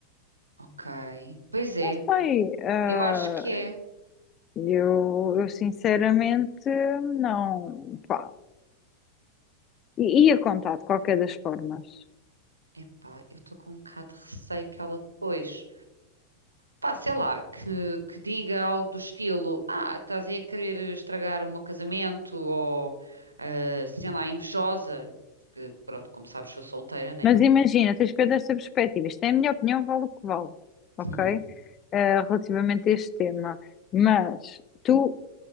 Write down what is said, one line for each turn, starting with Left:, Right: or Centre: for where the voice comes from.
Right: Ok. Pois é,
Left: Não sei, ah,
Right: eu acho que é.
Left: eu, eu sinceramente não, pá, I- ia contar de qualquer das formas.
Right: Epá, eu estou com um bocado de receio que ela depois. Pá, sei lá, que, que diga algo do estilo: Ah, estás aí a querer estragar o meu casamento, ou ah, sei lá, invejosa. Porque, pronto, como sabes, sou solteira, né?
Left: Mas imagina, tens que ver desta perspectiva. Isto é a minha opinião, vale o que vale, ok?
Right: Hum.
Left: Ah, relativamente a este tema. Mas tu